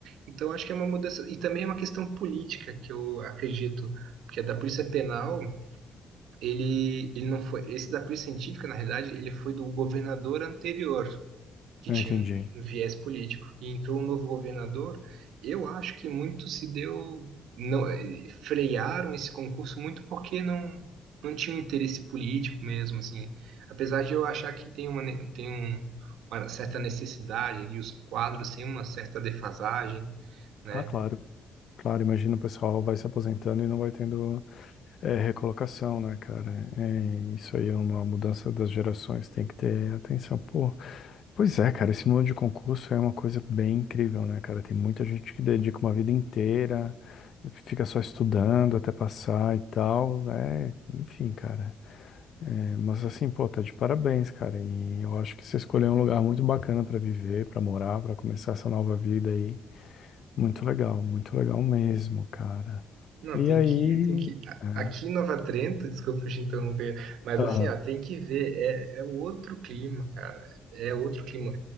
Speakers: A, on the right; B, on the left.
A: Então acho que é uma mudança e também é uma questão política que eu acredito, porque é da Polícia Penal, ele ele não foi, esse da Polícia Científica, na realidade, ele foi do governador anterior que
B: Eu
A: tinha
B: entendi.
A: um um viés político. E entrou um novo governador, eu acho que muito se deu, não, eh, frearam esse concurso muito porque não, não tinha um interesse político mesmo, assim. Apesar de eu achar que tem uma, ne- tem um- uma certa necessidade e os quadros têm uma certa defasagem, né?
B: Ah, claro. Claro, imagina o pessoal vai se aposentando e não vai tendo é, recolocação, né, cara? É, isso aí é uma mudança das gerações, tem que ter atenção. Pô, pois é, cara, esse mundo de concurso é uma coisa bem incrível, né, cara? Tem muita gente que dedica uma vida inteira, fica só estudando até passar e tal, né? Enfim, cara. É, mas assim, pô, tá de parabéns, cara. E eu acho que você escolheu um lugar muito bacana pra viver, pra morar, pra começar essa nova vida aí. Muito legal, muito legal mesmo, cara.
A: Não,
B: E
A: tem
B: aí.
A: que, tem que, a-
B: É,
A: aqui em Nova Trento, <laughs> desculpa te interromper, mas
B: aham.
A: assim, ó, tem que ver, é, é outro clima, cara, é outro clima.